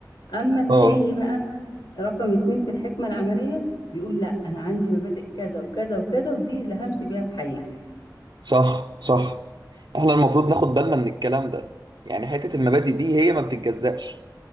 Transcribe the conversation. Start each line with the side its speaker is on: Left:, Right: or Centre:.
Left: اما التاني
Right: اه
Left: بقى رقم اتنين في الحكمة العملية بيقول لا انا عندي مبادئ كذا وكذا وكذا ودي اللي همشي بيها في حياتي
Right: صح صح احنا المفروض ناخد بالنا من الكلام ده يعني حتة المبادئ دي هي ما بتتجزأش